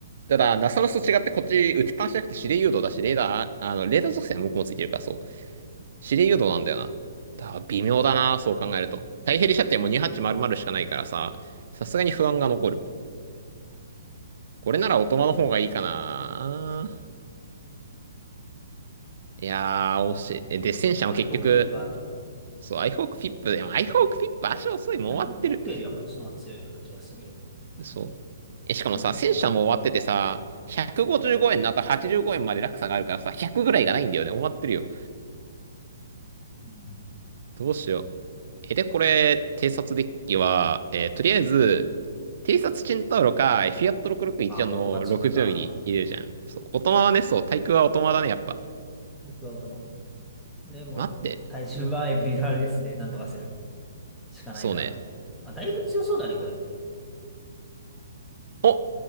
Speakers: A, on the right; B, in the centre.
A: ただ、ナサムスと違って、こっち、打ちっぱなしじゃなくて、指令誘導だし、レーダー、あの、レーダー属性は向こうもついてるから、そう。指令誘導なんだよな。だから、微妙だな、そう考えると。太平射程も2800しかないからさ、さすがに不安が残る。これなら、オトマの方がいいかな。
B: これね、
A: いやー、惜しい。えで、戦車も結局、
B: まあアイホークピップあるから
A: そう、アイホークフィップ、でも、アイホークフィップ、足遅い、もう終わってる。
B: アイホークピップよりはこっちの方が強いような気がするよ。
A: そう。え、しかもさ、
B: これも結構強い。
A: 戦車も終わっててさ、155円の後85円まで落差があるからさ、100ぐらいがないんだよね。終わってるよ。
B: うん。
A: どうしよう。え、で、これ、偵察デッキは、えーとりあえず、偵察チェンタウロか、フィアット661の60ミリ入れるじゃん。
B: まあ、オートマチックか。
A: そう。オトマはね、そう、対空はオトマだね、やっぱ。
B: 僕はオートマ。でも、
A: 待って。
B: 体重は MLRS でなんとかするしかないか。
A: そうね。
B: まあ、だいぶ強そうだね、これ。
A: お